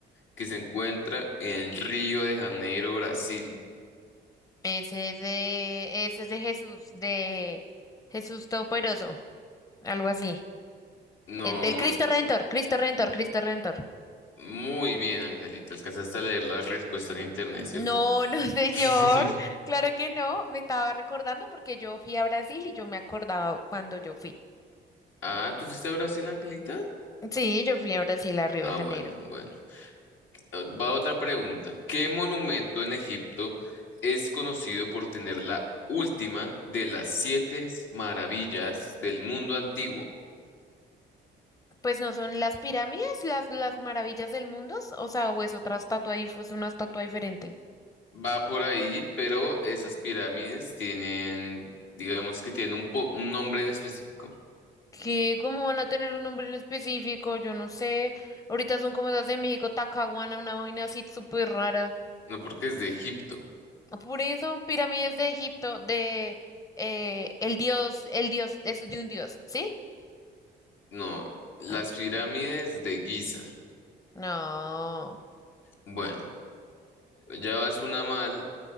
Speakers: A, on the left (about 80°); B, on the left (about 15°).
A: que se encuentra en Río de Janeiro, Brasil?
B: Ese es de, ese es de Jesús, de Jesús Todopoderoso, algo así.
A: No,
B: Eh, del Cristo Redentor, Cristo Redentor, Cristo Redentor.
A: Muy bien, Angelita. Alcanzaste a leer la respuesta en internet, ¿cierto?
B: No, no, <laughs> señor,
A: <laughs>
B: claro que no. Me estaba recordando porque yo fui a Brasil y yo me acordaba cuando yo fui.
A: Ah, ¿tú fuiste a Brasil, Angelita?
B: Sí, yo fui a Brasil, a Río
A: Ah,
B: de Janeiro.
A: bueno, bueno. Eh, Va otra pregunta. ¿Qué monumento en Egipto es conocido por tener la última de las siete maravillas del mundo antiguo?
B: Pues no son las pirámides, las, las maravillas del mundo, o sea, o es otra estatua ahí, es una estatua diferente.
A: Va por ahí, pero esas pirámides tienen, digamos que tienen un, po- un nombre en específico.
B: que como van a tener un nombre en específico? Yo no sé. Ahorita son como esas de México, Tacahuana, una vaina así súper rara.
A: No porque es de Egipto,
B: Por eso, pirámides de Egipto, de eh, el dios, el dios, es de un dios, ¿sí?
A: no, las
B: No.
A: pirámides de Giza.
B: No. <laughs>
A: Bueno. Ya vas una mal